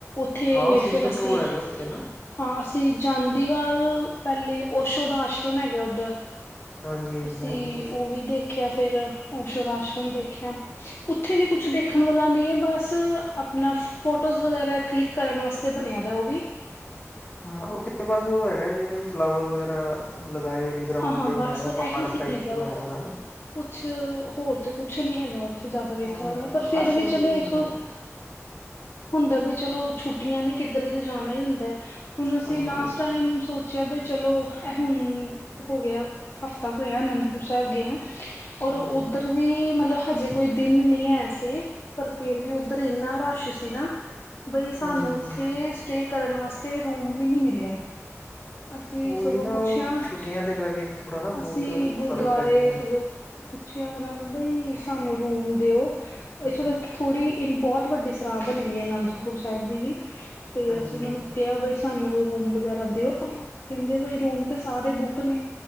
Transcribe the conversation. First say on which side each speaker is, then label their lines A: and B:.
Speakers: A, on the left; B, on the left.
A: ਉੱਥੇ
B: ਹਾਂ ਸਿੰਗਲ
A: ਫਿਰ ਅਸੀਂ
B: ਰੋਡ ਹੈਗਾ ਉੱਥੇ ਨਾ
A: ਹਾਂ ਅਸੀਂ ਜਾਂਦੀ ਵਾਰ ਪਹਿਲੇ ਔਸ਼ੌ ਦਾ ਆਸ਼ਰਮ ਹੈਗਾ ਉੱਧਰ।
B: ਹਾਂਜੀ ਹਾਂਜੀ
A: ਅਸੀਂ
B: ਹਾਂਜੀ
A: ਉਹ ਵੀ ਦੇਖਿਆ ਫੇਿਰ ਔਸੌ ਦਾ ਆਸ਼ਰਮ ਦੇਖਿਆ। ਉੱਥੇ ਵੀ ਕੁਛ ਦੇਖਣ ਵਾਲਾ ਨਹੀਂ ਹੈ ਬਸ ਆਪਣਾ ਫੋਟੋਜ਼ ਵਗੈਰਾ ਕਲਿੱਕ ਕਰਨ ਵਾਸਤੇ ਬਣਿਆ ਦਾ ਉਹ ਵੀ
B: ਹਾਂ ਉਹ ਤੇ ਬਸ ਉਹ ਹੈਗਾ ਜਿਵੇਂ ਫਲਾਵਰ ਵਗੈਰਾ ਲਗਾਏ ਹੋਏ ਨੇ। ਗਰਾਉਂਡ
A: ਹਾਂ ਹਾਂ
B: ਜਿਹਾ
A: ਬਸ
B: ਬਣਾਇਆ ਦਾ
A: ਇਹੀ
B: ਪਾਰਕ
A: ਚੀਜ਼
B: ਟਾਈਪ
A: ਆ
B: ਬਣਾਇਆ
A: ਉੱਥੇ
B: ਦਾ ਉਨਾ ਨੇ।
A: ਕੁਛ ਹੋਰ ਤੇ ਕੁਛ ਨੀ ਹੈਗਾ ਉੱਥੇ ਜ਼ਿਆਦਾ ਵੇਖਣ
B: ਹਾਂ
A: ਵਾਲਾ ਪਰ ਫੇਰ
B: ਆਸ਼ਰਮ
A: ਵੀ ਚਲੋ ਇੱਕ
B: ਬਣਾਇਆ
A: ਹੁੰਦਾ ਵੀ ਚਲੋ ਛੁੱਟੀਆਂ ਨੇ ਕਿਧਰੇ ਤੇ ਜਾਣਾ ਹੀ ਹੁੰਦਾ ਹੁਣ ਅਸੀਂ
B: ਹਾਂ
A: ਲਾਸਟ
B: ਹਾਂ ਬਿਲਕੁਲ
A: ਟਾਈਮ ਸੋਚਿਆ ਬੀ ਚਲੋ ਇਹ ਹੁਣ ਹੋ ਗਿਆ ਹਫ਼ਤਾ ਹੋਇਆ ਅਨੰਦਪੁਰ ਸਾਹਿਬ ਗਿਯਾ। ਔਰ
B: ਗਏ
A: ਉੱਧਰ
B: ਆ ਹੂੰ
A: ਵੀ ਮਤਲਬ ਹਜੇ ਕੋਈ ਦਿਨ ਨਹੀਂ ਹੈ ਸੀ ਪਰ ਫੇਰ ਵੀ ਉੱਧਰ ਇੰਨਾ ਰਸ਼ ਸੀ ਨਾ ਬਈ ਸਾਨੂੰ
B: ਹੂੰ ਹੂੰ
A: ਉੱਥੇ
B: ਹੂੰ
A: ਸਟੇ ਕਰਨ ਵਾਸਤੇ ਰੂਮ ਵੀ ਨੀ ਮਿਲਿਆ। ਅਸੀਂ ਸਗੋਂ
B: ਉਹੀ ਨਾ
A: ਪੁੱਛਿਆ
B: ਉਹ ਛੁੱਟੀਆਂ ਦੇ ਕਰਕੇ ਵੀ ਥੋੜ੍ਹਾ ਨਾ
A: ਅਸੀਂ
B: ਬਹੁਤ
A: ਗੁਰਦੁਆਰੇ
B: ਫ਼ਰਕ ਪੈ ਜਾਂਦਾ ਹੈ
A: ਸਗੋਂ ਪੁੱਛਿਆ ਉਹਨਾਂ ਨੂੰ ਬਈ ਸਾਨੂੰ ਰੂਮ ਦਿਓ
B: ਹੂੰ
A: ਇੱਥੋਂ ਤੱਕ ਥੋੜ੍ਹੀ ਬਹੁਤ ਵੱਡੀ ਸਰਾਂ ਬਣੀ ਦੀ ਆ ਅਨੰਦਪੁਰ ਸਾਹਿਬ ਦੀ ਵੀ ਤੇ
B: ਹਾਂਜੀ
A: ਅਸੀਂ ਉਹਨਾਂ
B: ਹਾਂਜੀ
A: ਨੂੰ ਕਿਹਾ ਸਾਨੂੰ ਰੂਮ ਵਗੈਰਾ ਦਿਓ ਕਹਿੰਦੇ ਬੲਈ ਰੂਮ ਤੇ ਸਾਰੇ ਬੁੱਕ ਨੇ